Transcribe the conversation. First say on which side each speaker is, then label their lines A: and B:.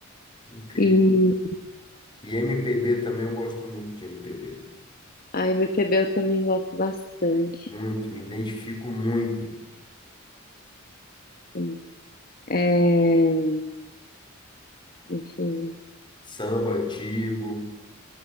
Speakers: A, on the left (about 25°); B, on the left (about 45°).
A: Incrível.
B: E
A: E MPB também eu gosto muito de MPB.
B: a MPB eu também gosto bastante.
A: Muito, me identifico muito.
B: Sim. É, deixa eu...
A: Samba antigo.